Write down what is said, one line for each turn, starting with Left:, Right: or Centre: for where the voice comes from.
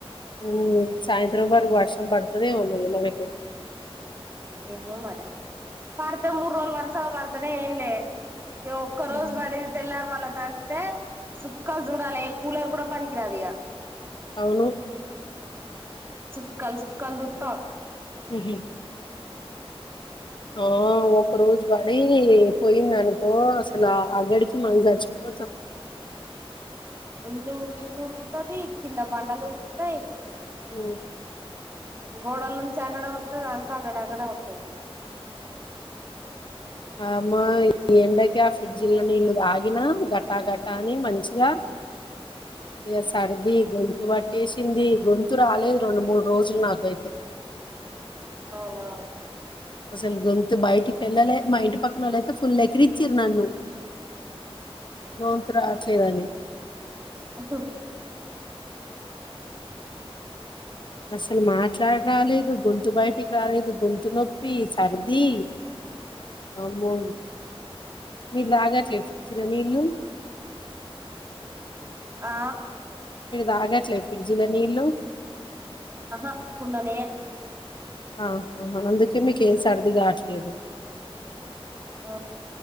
Left: ఉమ్ సాయంత్రం వరకు వర్షం పడుతదేమో మల్లి మనకి
Right: ఏమో మరి పడుతే మూడు రోజులు వరసగా పాడ్ కదా ఏంలే ఇగ ఒక్క
Left: ఉమ్.
Right: రోజు పడి తెల్లారి మల్ల దంచితే చుక్కలు చూడాలి ఏ కూలర్ కూడా పనికి రాదు ఇగ
Left: అవును
Right: చుక్కల్ చుక్కల్ చూస్తా
Left: ఉ ఆ ఒక రోజు పడి పోయింది అనుకో అసలు ఆ అగడికి మన చచ్చిపోతాం
Right: ఇల్లు ఇల్లు ఉడుకుతది కింద బండలు ఉడుకుతాయి
Left: ఉ
Right: గోడల నుంచి అక్కడ వతది అంతా అక్కడ అక్కడ వతది
Left: అమ్మా ఈ ఎండకి ఆ ఫ్రిడ్జ్లో నీళ్ళు తాగిన ఘటా ఘట్ కానీ మంచిగా ఇగా సర్ది గొంతు పట్ ట్టేసింది గొంతు రాలేదు రెండు మూడు రోజులు నాకైతే
Right: అవునా
Left: అసలు గొంతు బయటికి ఏళ్ళాలే మా ఇంటి పక్కనోళ్ళయితే ఫుల్ ఎక్కిరిచిర్రు నన్ను గొంతు రావట్లేదని
Right: ఓహో
Left: అసలు మాట్లాడి రాలేదు గొంతు బయటికి రాలేదు గొంతు నొప్పి సర్ది అమ్మో మీరు తాగట్లే ఫ్రిడ్జ్లో నీళ్లు
Right: ఆ
Left: మీరు తాగట్లే ఫ్రిడ్జ్లో నీళ్లు
Right: అహ కుండలియే
Left: ఆ అందుకే మీకు ఏం సర్ది కాట్లేదు
Right: ఆ